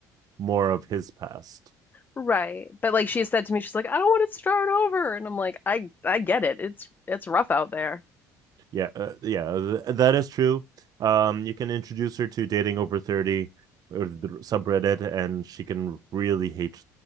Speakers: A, on the right (about 50°); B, on the left (about 25°).
A: more of his past
B: Right. But like she said to me, she's like, I don't want to start over. And I'm like, I I get it. It's it's rough out there.
A: Yeah, uh, yeah, th- that is true. Um, you can introduce her to dating over thirty or the subreddit, and she can really hate